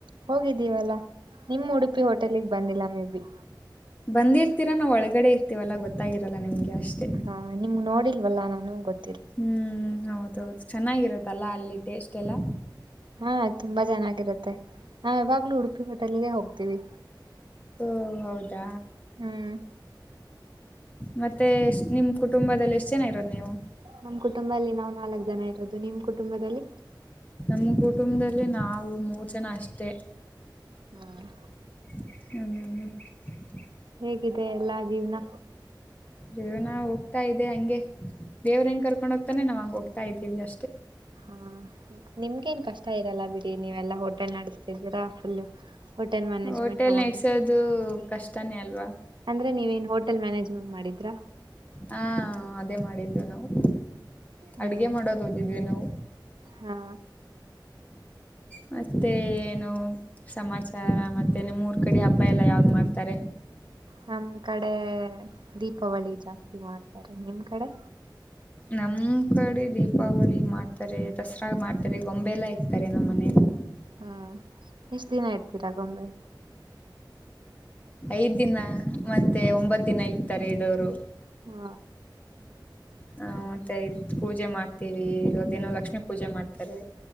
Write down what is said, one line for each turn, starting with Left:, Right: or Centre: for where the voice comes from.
Right: ಹೋಗಿದ್ದೀವಲ್ಲಾ ನಿಮ್ಮ ಉಡುಪಿ ಹೋಟೆಲಿಗೆ ಬಂದಿಲ್ಲ ಮೇಬ
Left: ಬಂದಿರ್ತೀರಾ ಒಳಗಡೆ ಇರ್ತೀವಲ್ಲಾ ಗೊತ್ತಾಗಿರಲ್ಲಾ ನಿಮ್ಗೆ ಅಷ್ಟೇ
Right: ಹಾ ನಿಮ್ಗ್ ನೋಡಿಲ್ವಲ್ಲಾ ನಾನು ಗೊತ್ತ
Left: ಹ್ಮ್ ಹೌದೌದು ಚೆನ್ನಾಗಿರತ್ತಲ್ಲಾ ಅಲ್ಲಿ ಟೇಸ್ಟ್ ಎಲ್ಲ
Right: ಹಾ ತುಂಬಾ ಚೆನ್ನಾಗಿರುತ್ತೆ ನಾವ ಇವಾಗ್ಲುೂ ಉಡುಪಿ ಹೋಟೆಲ್ಗೆ ಹೋಗ್ತೀವಿ
Left: ಓ ಹೌದಾ
Right: ಹ್ಮ್
Left: ಮತ್ತೆ ನಿಮ ಕುಟುಂಬದಲ್ಲಿ ಎಷ್ಟು ಜನ ಇರೋದು ನೀವು
Right: ನಮ್ ಕುಟುಂಬದಲ್ಲಿ ನಾವ್ ನಾಲ್ಕ್ ಜನ ಇರೋದು ನಿಮ್ ಕುಟುಂಬದಲ್ಲಿ
Left: ನಿಮ್ಮ ಕುಟುಂಬದಲ್ಲಿ ನಾವು ಮೂರ್ ಜನ ಅಷ್ಟೇ
Right: ಹ್ಮ್
Left: ಹ್ಮ
Right: ಹೇಗಿದೆ ಎಲ್ಲಾ ಜೀವನ
Left: ಜೇವ್ನ ಹೋಗ್ತಾ ಇದೆ ಹಂಗೆ ದೇವ್ರ ಹೆಂಗ್ ಕರ್ಕೊಂಡ್ ಹೋಗ್ತಾನೆ ನಾವ್ ಹಂಗ ಹೋಗ್ತಾ ಇದ್ದೀವಿ ಅಷ್ಟೇ
Right: ಹಾ ನಿಮ್ಗೇನ್ ಕಷ್ಟ ಇರಲ್ಲ ಬಿಡಿ ನೀವೆಲ್ಲಾ ಹೋಟೆಲ್ ನಡೆಸ್ತಿದೀರಾ ಫುಲ್ ಹೋಟೆಲ್ ಮ್ಯಾನೇಜ್ಮೆಂಟ್
Left: ಹೋಟೆಲ್
Right: ತಗೊಂಡ್ರಿ
Left: ನೆಡ್ಸೋದು ಕಷ್ಟನೇ ಅಲ್ವಾ
Right: ಅಂದ್ರೆ ನೀವ ನ್ ಹೋಟೆಲ್ ಮ್ಯಾನೇಜ್ಮ ಇನ್ ಮಾಡಿದ್ರಾ
Left: ಹಾ ಅದೇ ಮಾಡಿದ್ವಿ ನಾವು
Right: ಹ್ಮ್
Left: ಅಡ್ಗೆ ಮಾಡೋದು ಓದಿದ್ವಿ ನಾವು
Right: ಹಾ
Left: ಮತ್ತುತನೋ ಸಮಾಚಾರ ಮತ್ತೆ ನಿಮ್ಮ್ ಮೂರ್ ಕಡೆ ಹಬ್ಬ ಎಲ್ಲಾ ಯಾವ್ದ್ ಮಾಡ್ತಾರೆ
Right: ನಮ್ ಕಡೆ ದೀಪಾವಳಿ ಜಾಸ್ತಿ ಮಾಡ್ತಾರೆ ನಿಮ್ ಕಡೆ
Left: ನಮ್ ಕಡೆ ದೀಪಾವಳಿ ಮಾಡ್ತಾರೆ ದಸರಾ ಮಾಡ್ತಾರೆ ಗೊಂಬೆಲ್ಲ ಇಕ್ತಾರೆ ನಮ್ಮ್ ಮನೇಲಿ
Right: ಹ್ಮ್ ಇಷ್ಟ ದಿನ ಇರ್ತೀರ ಗೊಂಬೆ
Left: ಐದ್ ದಿನ ಮತ್ತೆ ಒಂಬತ್ ದಿನ ಇಕ್ತಾರೆ ಇಡೋರು
Right: ಹ್ಮ
Left: ಹ ಮತ್ತೆ ಇದ್ ಪೂಜೆ ಮಾಡ್ತೀವಿ ಇಲ್ಲ ದೇನೋ ಲಕ್ಷ್ಮೀ ಪೂಜೆ ಮಾಡ್ತಾರೆ